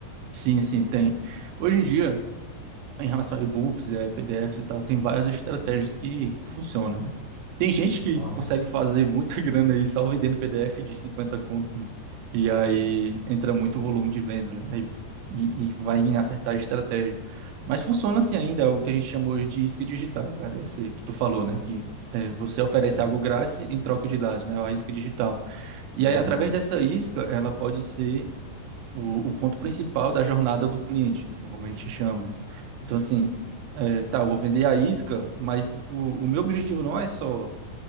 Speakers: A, on the right; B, on the left.
A: Sim, sim, tem. Hoje em dia, em relação a e-books, é, PDFs e tal, tem várias estratégias que funcionam. né? Tem gente que
B: Aham.
A: consegue fazer muita <laughs> grana aí só vendendo PDF de 50 conto, né? E aí entra muito volume de venda, né? Aí- E, e vai em acertar a estratégia. Mas funciona assim ainda, é o que a gente chama hoje de isca digital, cara, esse que tu falou,
B: Uhum.
A: né? Que é, você oferece
B: É.
A: algo grátis em troca de dados, né? É A isca digital. E
B: Uhum.
A: aí, através dessa isca, ela pode ser o, o ponto principal da jornada do cliente, que é como a gente chama, né? Então, assim, é, tá, eu vou vender a isca, mas o, o meu objetivo não é só